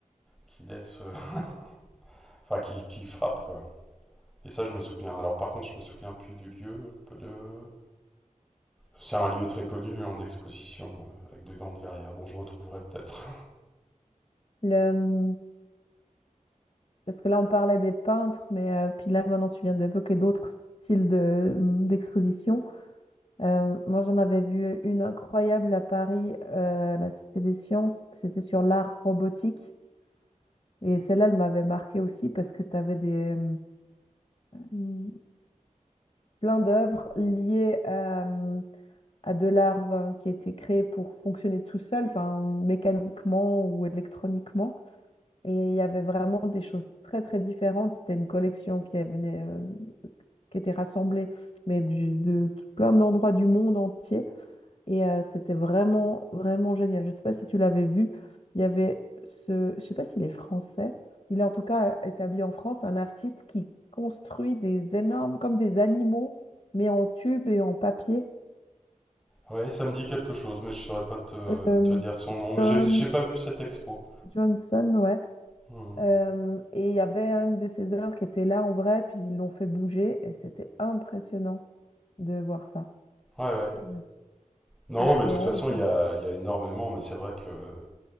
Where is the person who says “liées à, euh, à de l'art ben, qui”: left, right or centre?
Left